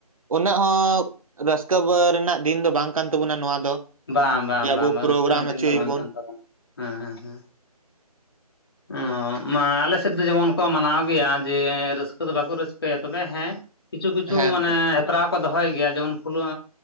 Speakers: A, on the right; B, on the left.
A: ᱩᱱᱟᱹᱜ ᱦᱚᱸ ᱨᱟᱹᱥᱠᱟᱹ ᱵᱟᱹ ᱨᱮᱱᱟᱜ ᱫᱤᱱ ᱫᱚ ᱵᱟᱝ ᱠᱟᱱ ᱛᱟᱵᱚᱱᱟ ᱱᱚᱣᱟ ᱫᱚ᱾
B: ᱵᱟᱝ ᱵᱟᱝ
A: ᱡᱮ ᱟᱵᱚ
B: ᱵᱟᱝ
A: ᱯᱨᱳᱜᱨᱟᱢ
B: ᱨᱟᱹᱥᱠᱟᱹ ᱨᱮᱱᱟᱜ ᱫᱤᱱ
A: ᱦᱚᱪᱚᱭ
B: ᱫᱚ ᱵᱟᱝ
A: ᱵᱚᱱ
B: ᱠᱟᱱ ᱛᱟᱵᱚᱱᱟ᱾ ᱦᱮᱸ ᱦᱮᱸ ᱦᱮᱸ ᱚ ᱢᱟ ᱟᱞᱮ ᱥᱮᱫ ᱫᱚ ᱡᱮᱢᱚᱱ ᱠᱚ ᱢᱟᱱᱟᱣ ᱜᱮᱭᱟ ᱡᱮ ᱨᱟᱹᱥᱠᱟᱹ ᱫᱚ ᱵᱟᱠᱚ ᱨᱟᱹᱥᱠᱟᱹᱭᱟ᱾ ᱛᱚᱵᱮ ᱦᱮᱸ ᱠᱤᱪᱷᱩ ᱠᱤᱪᱷᱩ
A: ᱦᱮᱸ
B: ᱢᱟᱱᱮ
A: ᱫᱟ
B: ᱯᱨᱟᱣ ᱠᱚ ᱫᱚᱦᱚᱭ ᱜᱮᱭᱟ ᱡᱮᱢᱚᱱ ᱯᱷᱩᱞᱟᱹ